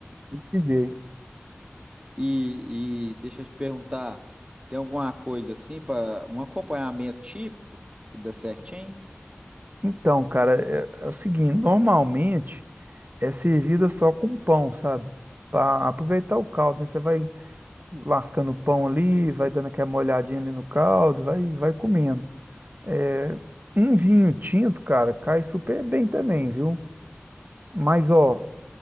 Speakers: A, on the right; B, on the right.
A: DJ.
B: E, e deixa eu te perguntar, tem alguma coisa assim para um acompanhamento típico que dá certinho?
A: Então, cara, é, é o seguinte, normalmente é servida só com pão, sabe? Para aproveitar o caldo, né? Você vai lascando o pão ali, vai dando aquela molhadinha ali no caldo, vai, vai comendo. É, um vinho tinto, cara, cai super bem também, viu? Mas, ó,